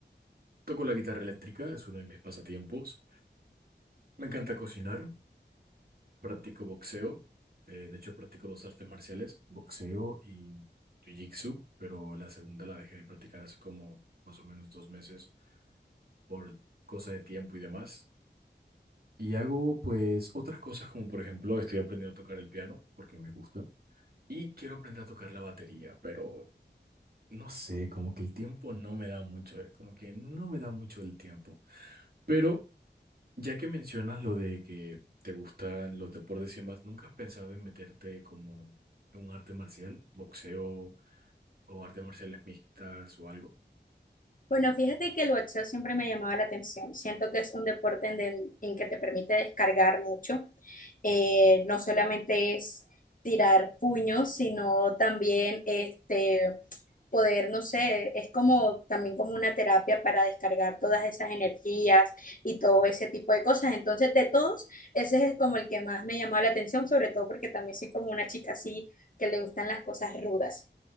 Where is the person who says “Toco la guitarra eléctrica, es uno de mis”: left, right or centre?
Right